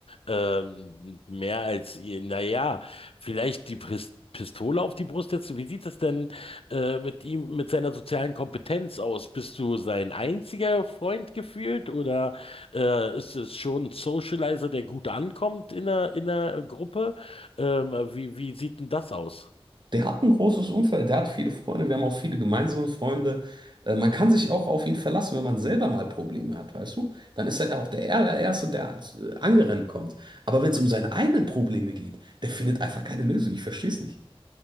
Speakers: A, on the left; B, on the right.
A: Ähm, mehr als, naja, vielleicht die Pris- Pistole auf die Brust setzen. Wie sieht es denn äh, mit ihm, mit seiner sozialen Kompetenz aus? Bist du sein einziger Freund gefühlt oder äh, ist es schon ein Socializer, der gut ankommt in der, in der Gruppe? Ähm, wie, wie sieht denn das aus?
B: Der hat ein großes Umfeld, der hat viele Freunde, wir haben auch viele gemeinsame Freunde. Äh, Man kann sich auch auf ihn verlassen, wenn man selber mal Probleme hat, weißt du? Dann ist er da auch der allererste, der äh, angerannt kommt. Aber wenn es um seine eigenen Probleme geht, der findet einfach keine Lösung. Ich verstehe es nicht.